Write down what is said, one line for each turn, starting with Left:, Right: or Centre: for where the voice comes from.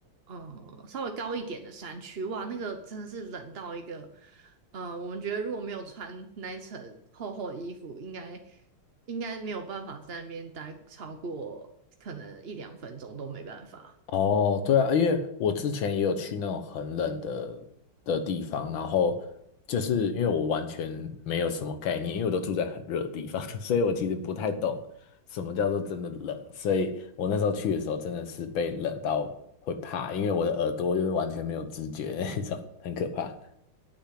Right: 嗯，稍微高一点的山区，哇，那个真的是冷到一个，呃，我们觉得如果没有穿 <laughs> 那一层厚厚的衣服，应该应该没有办法在那边待超过可能一两分钟都没办法。
Left: 哦，对啊，因为我之前也有去那种很冷的的地方，然后就是因为我完全没有什么概念，因为我都住在很热的地方，<laughs> 所以我其实不太懂什么叫做真的冷，所以我那时候去的时候真的是被冷到会怕，因为我的耳朵就是完全没有知觉的那种，很可怕。